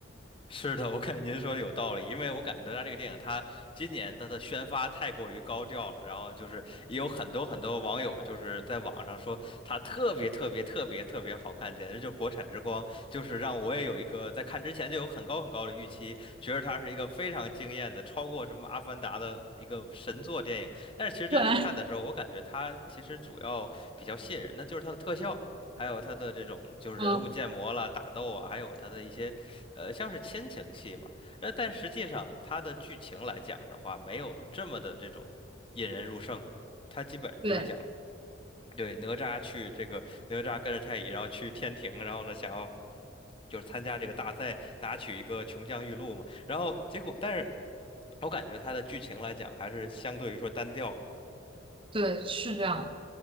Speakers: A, on the left; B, on the right.
A: <laughs> 是的，我感觉您说的有道理，因为我感觉哪吒这个电影，它今年它的宣发太过于高调了，然后就是也有很多很多网友就是在网上说它特别特别特别特别好看，简直就是国产之光，就是让我也有一个在看之前就有很高很高的预期，觉得它是一个非常惊艳的，超过什么《阿凡达》的一个神作电影。但是其实真正看的时候，
B: <laughs> 对，
A: 我感觉它其实主要比较吸引人的就是它的特效。还有它的这种就是人物建模啦、
B: 嗯，
A: 打斗啊，还有它的一些呃，像是亲情戏吧，那但实际上它的剧情来讲的话，没有这么的这种引人入胜，它基本上就是讲，
B: 对
A: 对，哪吒去这个哪吒跟着太乙，然后去天庭，然后呢，想要就是参加这个大赛，拿取一个琼浆玉露嘛，然后结果，但是我感觉它的剧情来讲，还是相对于说单调了。
B: 对，是这样的。